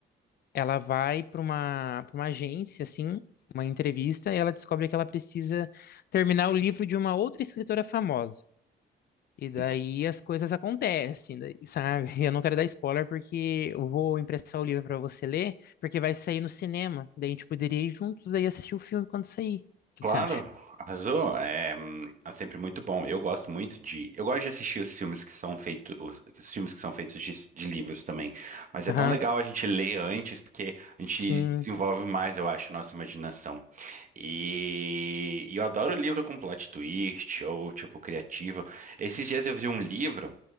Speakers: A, on the left; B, on the right.
A: ela vai para uma, para uma agência, assim, uma entrevista, e ela descobre que ela precisa terminar o livro de uma outra escritora famosa. E daí
B: Ent-
A: as coisas acontecem, daí, sabe? <laughs> Eu não quero dar spoiler porque eu vou emprestar o livro para você ler, porque vai sair no cinema. Daí a gente poderia ir juntos daí assistir o filme quando sair. O que
B: Claro,
A: que você acha?
B: arrasou. É, hum, é sempre muito bom. Eu gosto muito de. Eu gosto de assistir os filmes que são feitos, os, os filmes que são feitos de, de livros também. Mas é
A: Aham,
B: tão legal a gente ler antes, porque a gente
A: sim.
B: desenvolve mais, eu acho, nossa imaginação. E, e eu adoro livro com plot twist ou tipo criativo. Esses dias eu vi um livro